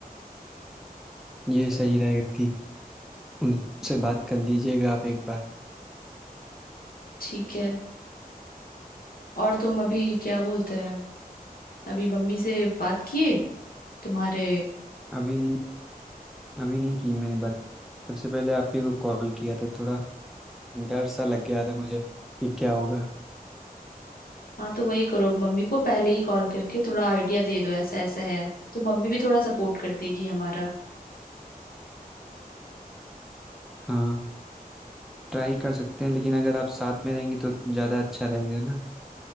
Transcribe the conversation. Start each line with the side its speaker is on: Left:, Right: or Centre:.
Centre: ये सही रहेगा थी उनसे बात कर लीजिएगा आप एक बार
Left: ठीक है और तुम अभी क्या बोलते हैं अभी मम्मी से बात किए तुम्हारे
Centre: अभी नहीं अभी नहीं की मैंने बात सबसे पहले आप ही को कॉल किया था थोड़ा डर सा लग गया था मुझे कि क्या होगा
Left: हाँ तो वही करो मम्मी को पहले ही कॉल करके थोड़ा आइडिया दे दो ऐसा ऐसा है तो मम्मी भी थोड़ा सपोर्ट कर देगी हमारा
Centre: हाँ ट्राई कर सकते हैं लेकिन अगर आप साथ में रहेंगी तो ज़्यादा अच्छा रहेगा ना